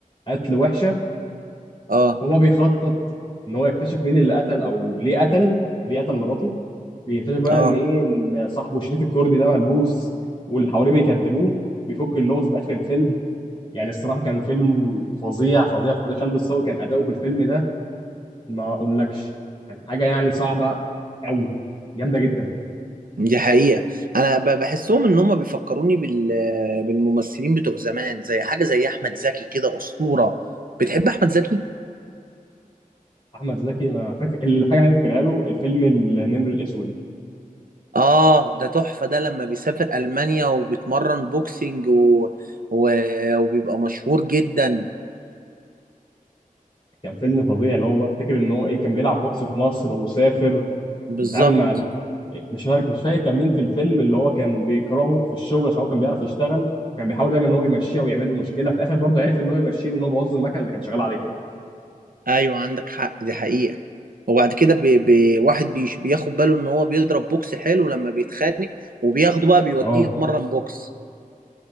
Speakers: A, on the left; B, on the right.
A: قتل وحشه
B: اه
A: وهو بيخطط ان هو يكتشف مين اللي قتل او ليه قتل ليه قتل مراته بيكتشف بقى
B: اه
A: ان ايه ان صاحبه شريف الكردي ده ملبوس واللي حواليه بيكذبوه بيفك اللغز في اخر الفيلم يعني الصراحه كان فيلم فظيع فظيع فظيع خالد الصاوي كان اداؤه في الفيلم ده ما اقولكش كان حاجه يعني صعبه قوي جامده جدا
B: دي حقيقة أنا ب- بحسهم إن هم بيفكروني بال... بالممثلين بتوع زمان زي حاجة زي أحمد زكي كده أسطورة بتحب أحمد زكي؟
A: احمد زكي انا فاكر الحاجه اللي أنا فاكرها له الفيلم النمر الاسود
B: آه ده تحفة ده لما بيسافر ألمانيا وبيتمرن بوكسينج و... و... وبيبقى مشهور جدا
A: كان فيلم فظيع اللي هو بقى افتكر ان هو ايه كان بيلعب بوكس في مصر وسافر
B: بالظبط
A: ويتعامل مع مش فاكر مش فاكر كان مين في الفيلم اللي هو كان بيكرهه في الشغل عشان هو كان بيعرف يشتغل كان بيحاول دايما ان هو يمشيه ويعمل له مشكله في الاخر برضه عرف ان هو يمشيه وان هو بوظ المكنه اللي كان شغال عليها
B: أيوة عندك حق دي حقيقة وبعد كده ب... ب... واحد بيش... بياخد باله إن هو بيضرب بوكس حلو لما بيتخانق وبياخده بقى بيوديه
A: اه
B: يتمرن بوكس